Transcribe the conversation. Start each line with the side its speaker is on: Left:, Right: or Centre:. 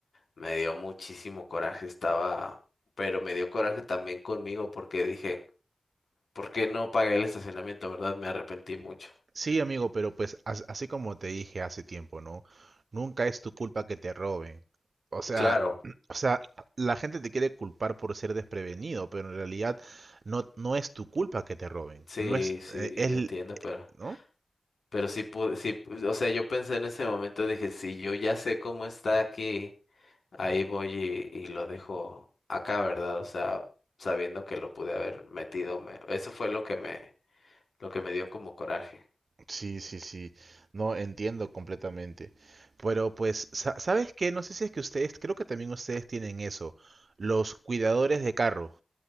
Left: me dio muchísimo coraje, estaba, pero me dio coraje también conmigo porque dije, Porque no pagué el estacionamiento, verdad? Me arrepentí mucho.
Right: Sí, amigo, pero pues as- así como te dije hace tiempo, ¿no? Nunca es tu culpa que te roben. O sea,
Left: Claro,
Right: <clears throat> o sea, la gente te quiere culpar por ser desprevenido, pero en realidad no, no es tu culpa que te roben.
Left: sí,
Right: No es,
Left: sí,
Right: eh, es,
Left: yo
Right: l-
Left: entiendo, pero,
Right: ¿no?
Left: pero sí pude, sí, pues, o sea, yo pensé en ese momento, dije, si yo ya sé cómo está aquí, ahí voy y, y lo dejo acá, ¿verdad? O sea, sabiendo que lo pude haber metido, me, eso fue lo que me, lo que me dio como coraje.
Right: Sí, sí, sí. No entiendo completamente. Pero pues, sa- ¿sabes qué? No sé si es que ustedes, creo que también ustedes tienen eso, los cuidadores de carro.